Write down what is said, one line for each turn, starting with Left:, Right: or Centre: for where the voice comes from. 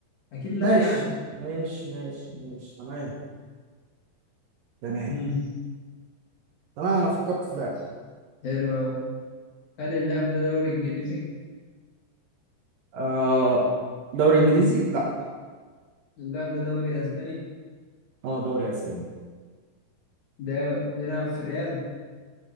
Left: اكيد لا
Right: ماشي
Left: يعني
Right: ماشي ماشي ماشي تمام تمام
Left: امم
Right: تمام انا فكرت في لاعب
Left: حلو قوي هل اللاعب ده دوري انجليزي
Right: آه دوري انجليزي لا
Left: اللاعب ده دوري اسباني
Right: اه دوري اسباني
Left: ده بيلعب في ريال